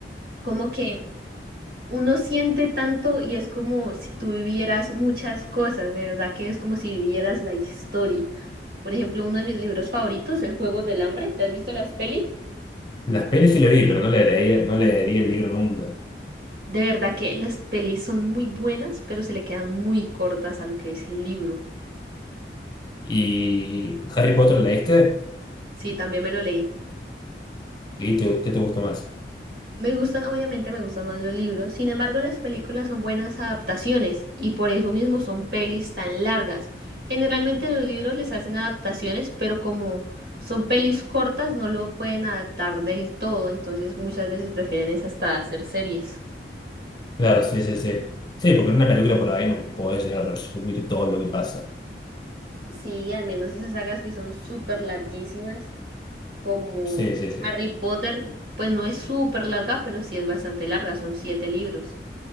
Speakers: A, on the right; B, on the left.
A: como que uno siente tanto y es como si tú vivieras muchas cosas, de verdad que es como si vivieras la historia. Por ejemplo, uno de mis libros favoritos es Juegos del Hambre. ¿Te has visto las pelis?
B: Las pelis sí le vi, pero no le leía, no le leería el libro nunca.
A: De verdad que las pelis son muy buenas, pero se le quedan muy cortas a lo que es el libro.
B: ¿Y Harry Potter la leíste?
A: Sí, también me lo leí.
B: ¿Y te- qué te gusta más?
A: Me gustan, obviamente me gustan más los libros, sin embargo las películas son buenas adaptaciones y por eso mismo son pelis tan largas. Generalmente los libros les hacen adaptaciones, pero como son pelis cortas no lo pueden adaptar del todo, entonces muchas veces prefieren es hasta hacer series.
B: Claro, sí, sí, sí. Sí, porque en una película por ahí no podés llegar a resumir todo lo que pasa.
A: Sí, al menos esas sagas que son súper larguísimas, como
B: Sí, sí, sí.
A: Harry Potter, pues no es súper larga, pero sí es bastante larga, son siete libros.